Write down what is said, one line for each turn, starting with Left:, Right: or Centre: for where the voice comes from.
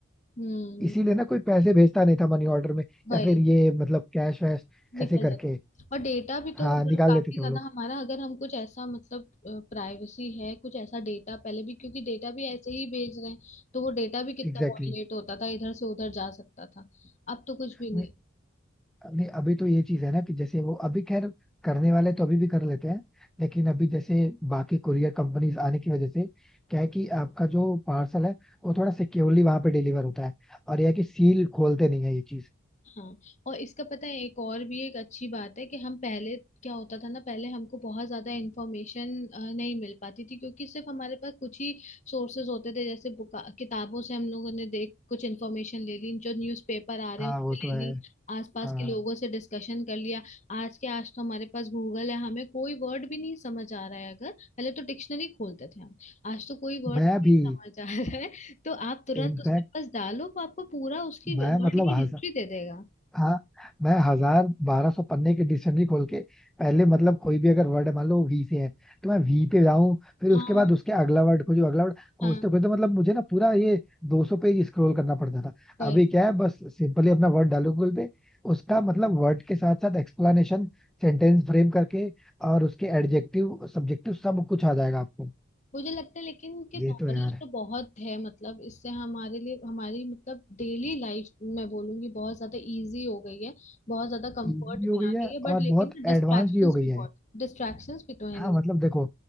Left: हम्म
Centre: इसीलिए ना कोई पैसे भेजता नहीं था मनी ऑर्डर में
Left: वही
Centre: या फिर ये मतलब कैश वैश
Left: निकल
Centre: ऐसे करके
Left: जाता और डेटा भी तो
Centre: हाँ
Left: मतलब
Centre: निकाल
Left: काफी
Centre: लेते थे
Left: ज्यादा
Centre: वो लोग
Left: हमारा अगर हम कुछ ऐसा मतलब प्राइवेसी है कुछ ऐसा डेटा पहले भी क्योंकि डेटा भी ऐसे ही भेज रहे हैं तो वो डेटा भी कितना
Centre: Exactly
Left: वॉयलेट होता था इधर से उधर जा सकता था अब तो कुछ भी
Centre: exactly.
Left: नहीं
Centre: नहीं अभी तो ये चीज है ना कि जैसे वो अभी खैर करने वाले तो अभी भी कर लेते हैं लेकिन अभी जैसे बाकी कुरियर कंपनीज आने की वजह से क्या है कि आपका जो पार्सल है वो थोड़ा सिक्योरली वहां पे डिलीवर होता है और यह है कि सील खोलते नहीं है ये चीज
Left: हाँ और इसका पता है एक और भी एक अच्छी बात है कि हम पहले क्या होता था ना पहले हमको बहुत ज्यादा इंफॉर्मेशन नहीं मिल पाती थी क्योंकि सिर्फ हमारे पास कुछ ही सोर्सेज होते थे जैसे बुका किताबों से हम लोगों ने देख कुछ इंफॉर्मेशन ले ली जो न्यूज़पेपर आ रहे
Centre: हाँ
Left: हैं उससे
Centre: वो तो है
Left: ले ली आसपास
Centre: हाँ
Left: के लोगों से डिस्कशन कर लिया आज के आज तो हमारे पास गूगल है हमें कोई वर्ड भी नहीं समझ आ रहा है अगर पहले तो डिक्शनरी खोलते थे हम आज तो कोई वर्ड
Centre: मैं भी
Left: नहीं समझ आ रहा है तो आप तुरंत
Centre: इनफैक्ट
Left: उसके पास डालो वो आपको पूरा उसकी
Centre: मैं
Left: वर्ड
Centre: मतलब
Left: की
Centre: हंसा
Left: हिस्ट्री दे देगा
Centre: हाँ मैं हजार बारह सौ पन्ने के डिक्शनरी खोल के पहले मतलब कोई भी अगर वर्ड है मान लो वो वी से है तो मैं वी पे जाऊं फिर उसके
Left: हाँ
Centre: बाद उसके अगला वर्ड खोजूं अगला वर्ड खोजते
Left: हाँ
Centre: खोजते मतलब मुझे ना पूरा ये दो सौ पेज स्क्रॉल करना पड़ता था
Left: वही
Centre: अभी क्या है बस सिंपली अपना वर्ड डालो गूगल पे उसका मतलब वर्ड के साथ साथ एक्सप्लेनेशन सेंटेंस फ्रेम करके और उसके एडजेक्टिव सब्जेक्टिव सब कुछ आ जाएगा आपको
Left: मुझे लगता है लेकिन कि
Centre: ये
Left: नॉलेज
Centre: तो यार
Left: तो बहुत है मतलब इससे हमारे लिए हमारी मतलब डेली लाइफ मैं बोलूंगी बहुत ज्यादा इजी हो गई है बहुत ज्यादा कंफर्ट
Centre: इजी भी हो
Left: में
Centre: गई
Left: आ गई
Centre: है
Left: है
Centre: और
Left: बट लेकिन
Centre: बहुत
Left: डिस्ट्रैक्शंस
Centre: एडवांस भी हो गई
Left: भी
Centre: है
Left: बहुत डिस्ट्रैक्शंस भी तो है
Centre: हाँ
Left: नहीं
Centre: मतलब देखो